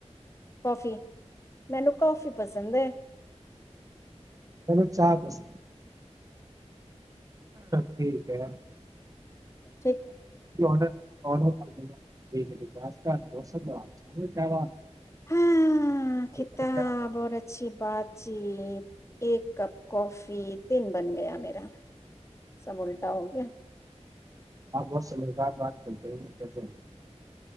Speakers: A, on the left; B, on the right.
A: کافی منو کافی پسند ہے
B: میں چار پس ٹھیک ہے
A: ج <inaudible>
B: آڈر آڈر پا ب چے کیا <unintelligible>
A: ہاں کتا
B: اچھا
A: بور چی بات چیت ایک کپ کافی تن بن گیا میرا سب الٹا ہو گیا
B: آپ بہت سمجھدار بات کرتے ہیں کیسے ہیں